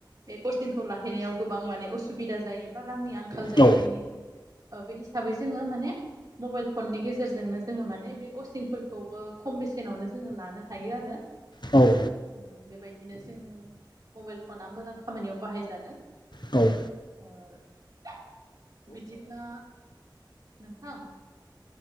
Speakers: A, on the right (about 50°); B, on the left (about 65°).
A: बे कसिंखौ लाहैनायाव गोबां माने असुबिदा जायो बा रांनि आं खाल जायो
B: औ
A: बेनि बे हिसाबै जोङो माने मबाइल फननि गेजेरजोंनो जोङो माने बे कचिंफोरखौबो खम बेसेनावनो जोङो लानो हायो आरो
B: औ
A: ओ बेबायदिनो जों मबाइल फना मोजां खामानियाव बाहायजादों
B: औ
A: ओ <unintelligible> बिदिब्ला नोंथां